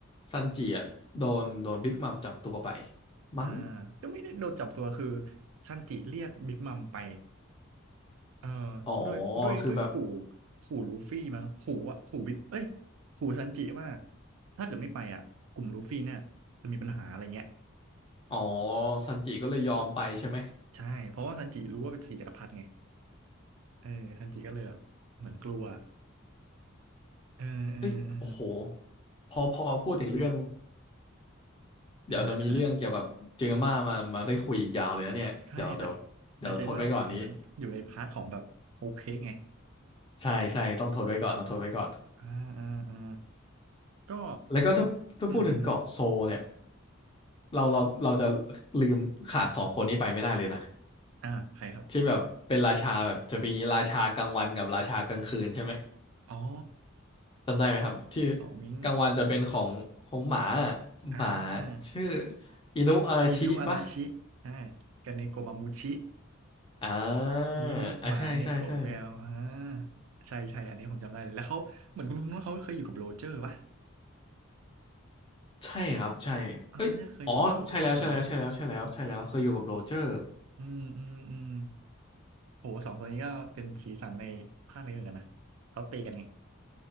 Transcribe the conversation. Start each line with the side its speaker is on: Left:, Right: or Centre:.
Left: ซันจิอะโดนโดนบิ๊กมัมจับตัวไปมั้ง
Right: อ่า ก็ไม่ได้โดนจับตัวคือซันจิเรียกบิ๊กมัมไป เออ
Left: อ๋อ
Right: ด้วยด้วยด้วยขู่
Left: คือแบบ
Right: ขู่ลูฟี่มั้งขู่ว่าขู่บิ๊กเอ้ยขู่ซันจิว่าถ้าเกิดไม่ไปอ่ะกลุ่มลูฟี่เนี่ยจะมีปัญหาอะไรเงี้ย
Left: อ๋อซันจิก็เลยยอมไปใช่ไหม
Right: ใช่เพราะว่าซันจิรู้ว่าเป็นสี่จักรพรรดิไงเออซันจิก็เลยแบบเหมือนกลัวเออเออเออ
Left: เอ้ยโอ้โหพอพอพูดถึงเรื่อง เดี๋ยวจะมีเรื่องเกี่ยวกับเจอมามามาได้คุยอีกยาวเลยนะเนี่ยเดี๋ยวเดี๋ยวเดี๋ยวทดไว้ก่อนนี้
Right: อ่าฮะอ่าฮะใช่แต่แต่เจม่าผมเห็นมันอยู่ในพาร์ทของแบบโอเคไง
Left: ใช่ใช่ต้องทดไว้ก่อนต้องทดไว้ก่อน
Right: อ่าอ่าอ่าก็
Left: แล้วก็ถ้าถ้าพูดถึงเกาะโซเนี่ย
Right: อืมอืมอืม
Left: เราเราเราจะลืมขาดสองคนนี้ไปไม่ได้เลยนะ
Right: อ่าใครครับ
Left: ที่แบบเป็นราชาแบบจะมีราชากลางวันกับราชากลางคืนใช่ไหม
Right: อ๋อ
Left: จำได้ไหมครับที่
Right: เป่ามิง
Left: กลางวันจะเป็นของของหมาอะหมา
Right: อ่า
Left: ชื่ออินุอาราชิปะ
Right: อินุอาราชิอ่ากับเนโกะมามูชิ
Left: อ่า
Right: อินุหมาเนโกะแมวอ่า
Left: อ่าใช่ใช่ใช่
Right: ใช่ใช่อันนี้ผมจำได้เลย แล้วเขาเหมือนคุณคุณว่าเขาเคยอยู่กับโรเจอร์ป่ะ
Left: ใช่ครับใช่เอ้ยอ๋อใช่แล้วใช่แล้วใช่แล้วใช่แล้วใช่แล้วเคยอยู่กับโรเจอร์
Right: อ่าน่าจะเคยอยู่เรือโรเจอร์นะ อืมอืมอืมโหสองตัวนี้ก็เป็นสีสันในภาคนี้เหมือนกันนะเขาตีกันไง